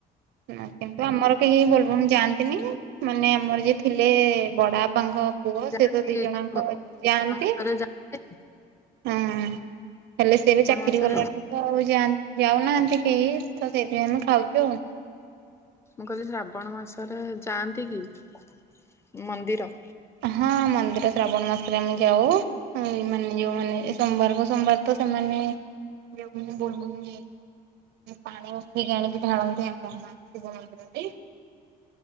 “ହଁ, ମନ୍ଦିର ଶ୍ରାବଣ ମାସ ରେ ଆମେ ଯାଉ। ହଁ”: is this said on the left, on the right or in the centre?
Right